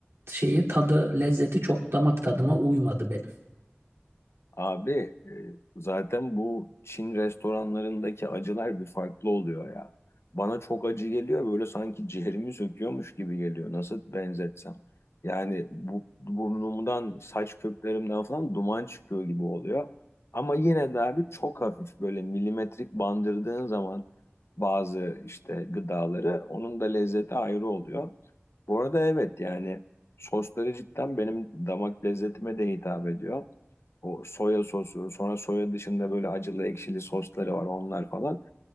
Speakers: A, on the right (about 70°); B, on the left (about 75°).
A: şeyi tadı lezzeti çok damak tadıma uymadı benim.
B: Abi e, zaten bu Çin restoranlarındaki acılar bir farklı oluyor ya. Bana çok acı geliyor böyle sanki ciğerimi söküyormuş gibi geliyor. Nasıl benzetsem. Yani bu burnumdan, saç köklerimden falan duman çıkıyor gibi oluyor. Ama yine de abi çok hafif böyle milimetrik bandırdığın zaman bazı işte gıdaları onun da lezzeti ayrı oluyor. Bu arada evet yani sosları cidden benim damak lezzetime de hitap ediyor. O soya sosu, sonra soya dışında böyle acılı ekşili sosları var onlar falan.